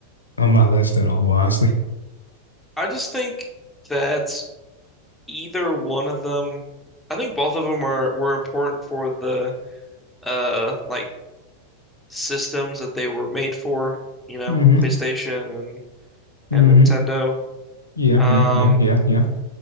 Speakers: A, on the left; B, in the centre.
A: on my list at all, honestly.
B: I just think that either one of them, I think both of them are were important for the uh like systems that they were made for, you know,
A: Mm-hmm.
B: PlayStation and and
A: Mm-hmm.
B: Nintendo.
A: Yeah,
B: Um,
A: yeah, yeah, yeah, yeah.